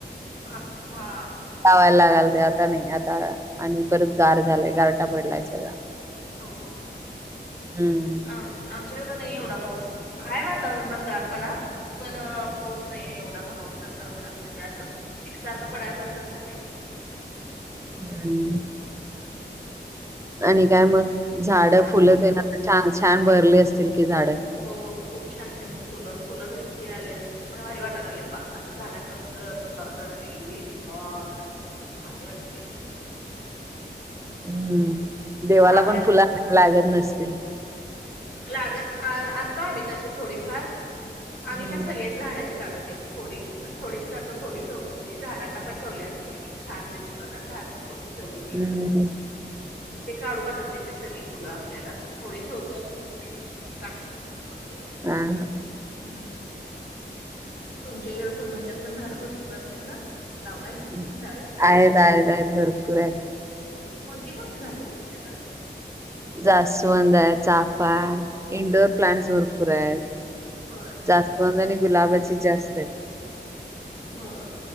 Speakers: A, on the left; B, on the right.
A: <unintelligible> हा.
B: लावाय लागाल त आता नाही आता आणि परत गार झालाय गारटा पडलाय सगळा.
A: हो.
B: हम्म.
A: आमच्या इकड नाही एवढा पाऊस, हाय वातावरणात गारपणा. पण पाऊच नाहीे एवढा पडावा तसा एवढा म्हणजे असं एकसारखं पडाय <unintelligible> तसा नाहीये.
B: <unintelligible> आणि काय मग? झाड
A: काय
B: फुलं
A: नाही
B: तेन आता छान-छान भरले असतील की झाडं.
A: हो खूप छान-छान फुलं फुलं तर इतकी आल्यात म भारी वाटा लागले पा असं झाडां कड बगसा <unintelligible> हिरवी हिरवी गार असं. भारी वाटते.
B: हम्म, देवाला
A: चाफ्यात
B: पण फुलं लागत नसतील.
A: लागत अ आणतो आम्ही तशे थोडीफार, आम्ही
B: हम्म
A: काय सगळे झाडाची काढत नाही थोडी थोडीच काढतो थोडी ठेवतो म्हणजे झाडांना पण ठेवल्या छान दिसतो ना झाडून फुल ठेवलेली.
B: हम्म
A: ते काढू वाटत नाही, ते सगळे फुलं आपल्याला. होळी ठेवतोय थोडी <unintelligible>
B: ह, ह.
A: हम्. तुमच्याई, तुमाच्यात पण, झाडं भरपूर असतील ना? लावलाय ना
B: ह.
A: तुम्ही झाडं?
B: आहेत, आहेत, आहेत. भरपूर आहेत.
A: कोणती - कोणती झाडयत, तुमच्याकड?
B: जास्वंदय, चाफा, इंडोर प्लांट् भरपूरयात.
A: होय
B: जास्वंद आणि गुलाबाची जास्तयत.
A: होय.